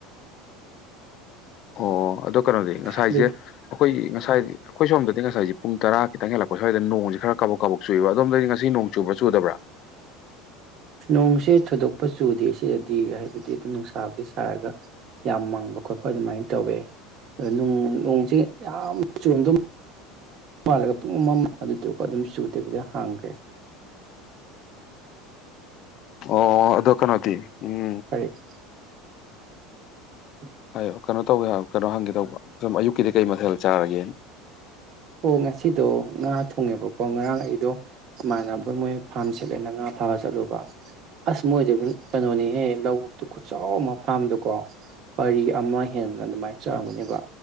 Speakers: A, on the left (about 40°); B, on the right (about 35°).
A: ꯑꯣ ꯑꯗꯣ ꯀꯩꯅꯣꯗꯤ ꯉꯁꯥꯏꯁꯦ
B: ꯑꯗꯨ
A: ꯑꯩꯈꯣꯏꯒꯤ ꯉꯁꯥꯏꯗꯤ ꯑꯩꯈꯣꯏ ꯁꯣꯝꯗꯗꯤꯁꯥꯏꯁ ꯄꯨꯡꯔꯥ ꯈꯤꯇꯪ ꯍꯦꯜꯂꯛꯄ ꯁ꯭ꯋꯥꯏꯗ ꯅꯣꯡꯁꯤ ꯈꯔ ꯀꯕꯛ ꯀꯥꯛ ꯆꯨꯏꯕ ꯑꯣꯝꯗꯒꯤ ꯉꯁꯤ ꯅꯣꯡ ꯆꯨꯕ ꯆꯨꯗ꯭ꯔꯥ
B: ꯅꯣꯡꯁꯦ ꯊꯣꯏꯗꯣꯛꯄ ꯆꯨꯗꯦ ꯁꯤꯗꯗꯤ ꯍꯥꯏꯕꯗꯤ ꯑꯗꯨꯝ ꯅꯨꯡꯁꯥꯕꯨꯗꯤ ꯁꯥꯔꯒ ꯌꯥꯝ ꯃꯥꯡꯕ ꯈꯣꯠꯄ ꯑꯗꯨꯃꯥꯏꯅ ꯇꯧꯋꯦ ꯑ ꯅꯣꯡꯁꯦ ꯌꯥꯝ ꯆꯨꯔꯣꯟꯗ ꯃꯥꯥꯜꯂꯦꯕ ꯄꯨꯡ ꯑꯃ ꯑꯗꯨꯗꯨꯒ ꯑꯗꯨꯝ ꯆꯨꯗꯕꯤꯗ ꯑꯗꯨꯝ ꯍꯥꯡꯒ꯭ꯔꯦ
A: ꯑꯣ ꯑꯗꯣ ꯀꯩꯅꯗꯤ ꯎꯝ
B: <inaudible> <inaudible>
A: ꯍꯥꯏꯌꯣ ꯀꯩꯅꯣ ꯇꯧꯒꯦ ꯍꯥꯏ ꯀꯩꯅꯣ ꯍꯪꯒꯦ ꯇꯧꯕ ꯁꯨꯝ ꯑꯌꯨꯛꯀꯤꯗꯤ ꯀꯩ ꯃꯊꯦꯜ ꯆꯥꯔꯒꯦ
B: ꯑꯣ ꯉꯁꯤꯗꯣ ꯉꯥ ꯊꯣꯡꯉꯦꯕꯀꯣ ꯉꯔꯥꯡ ꯑꯩꯗꯣ ꯏꯃꯥꯅꯕ ꯑꯣꯢ ꯃꯣꯏ ꯐꯥꯝ ꯁꯤꯠꯂꯦꯅ ꯉꯥ ꯐꯥꯕ ꯆꯠꯂꯨꯕ ꯑꯁ ꯃꯣꯏꯗꯣ ꯀꯩꯅꯣꯅꯤꯍꯦ ꯂꯧꯕꯨꯛꯇꯨ ꯈꯨꯠꯆꯥꯎ ꯑꯃ ꯐꯥꯝꯗꯨꯀꯣ ꯄꯔꯤ ꯑꯃ ꯍꯦꯟꯅ ꯑꯗꯨꯃꯥꯏꯅ ꯆꯪꯒꯅꯦꯕ